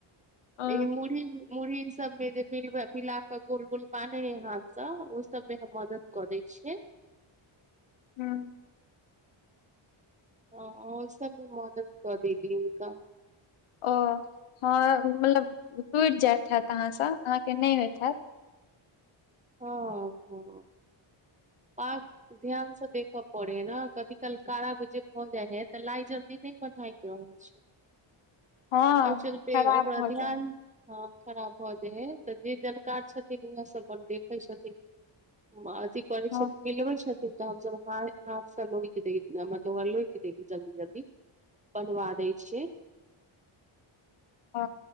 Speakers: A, on the left; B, on the right.
A: ओ
B: लेकिन मुरही मुरही सबमे जे मिल वै मिलााक गोल गोल बाने हे हाथ से ओहि सब में हम मदद क ऽ दै छिय
A: हूँ
B: हॅं ओ सबमे मदद कऽ देली हुनका
A: ओ हँ मतलब टुइट जाइत हैत अहाँसँ अहाँके नै होइत हैत
B: हँ हँ पाक ध्यानसँ देख पड़े न कभी कल कारा जे भऽ जाय है तऽ लाय जल्दी नहि बनाइत नही रहे छै
A: <inaudible> हँ
B: एह चलते
A: खराब
B: ओकरा
A: भऽ
B: ध्यान
A: जाय
B: आँख खराब भऽ जाय है तऽ जे जानकार छथिन उएह सब अपन देख कै छथि माँ जी करै
A: हँ
B: छथि मिलेबै छथि से तऽ हमसम हाफसँ लोहि के मतलब लोहि के देलील जल्दी बनवा दै छियै
A: ह